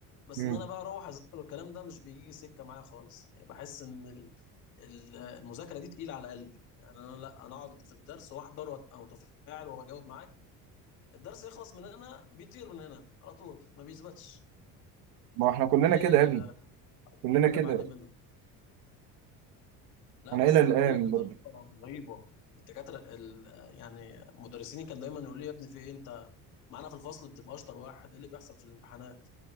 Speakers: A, on the left; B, on the right.
A: بس
B: مم.
A: ان انا بقى اروح اذاكر والكلام ده مش بيجي سكه معايا خالص يعني بحس ان ال- ال- المذاكره دي تقيله على قلبي يعني انا لا انا اقعد في الدرس واحضر وابقى متفاعل واجاوب معاه الدرس يخلص من هنا بيطير من هنا على طول ما بيثبتش
B: ما احنا كلنا
A: دي
B: كده يا ابني
A: آه، أكتر
B: كلنا
A: حاجه
B: كده
A: بعاني منها لا
B: انا
A: بس
B: الى الان
A: انا بقول لك بطريقه
B: برضه
A: رهيبه الدكاتره ال- آه، يعني مدرسيني كان دايما يقول لي يا ابني في ايه انت معانا في الفصل بتبقى اشطر واحد ايه اللي بيحصل في الامتحانات